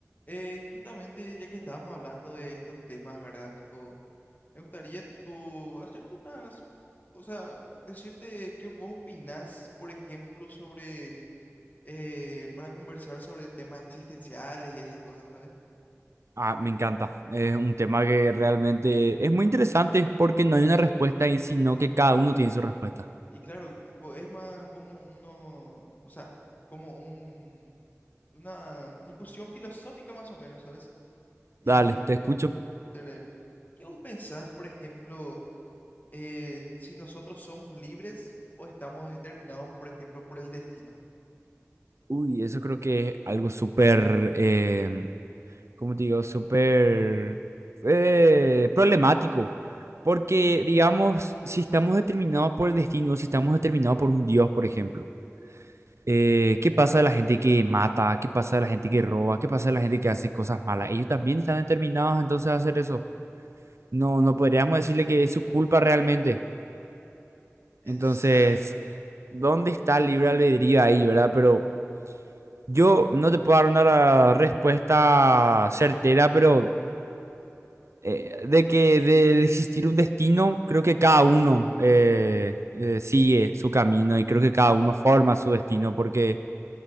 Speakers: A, on the left; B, on the right.
A: Eh, justamente ya que estábamos hablando de estos temas, ¿verdad? Tipo, me gustaría, tipo, hacerte unas, o sea, decirte qué vos opinás, por ejemplo, sobre, eh, para conversar sobre temas existenciales y esas cosas, ¿sabes?
B: Ah, me encanta. Es un tema que realmente es muy interesante porque no hay una respuesta ahí, sino que cada uno tiene su respuesta.
A: Y claro, tipo, es más como uno, o sea, como un, una discusión filosófica más o menos, ¿sabes? Y
B: Dale, te escucho.
A: vamos a meterle, ¿qué vos pensás, por ejemplo? eh, si nosotros somos libres o estamos determinados, por ejemplo, por el destino.
B: Uy, eso creo que es algo súper, eh, ¿cómo te digo? Súper eh, problemático. Porque, digamos, si estamos determinados por el destino, si estamos determinados por un Dios, por ejemplo, eh, ¿qué pasa de la gente que mata? ¿Qué pasa de la gente que roba? ¿Qué pasa de la gente que hace cosas malas? Ellos también están determinados entonces a hacer eso. no, no podríamos decirle que es su culpa realmente.
A: Exacto.
B: Entonces, ¿dónde está el libre albedrío ahí, verdad? Pero yo no te puedo dar una respuesta certera, pero eh, de que de existir un destino, creo que cada uno eh, eh, sigue su camino y creo que cada uno forma su destino, porque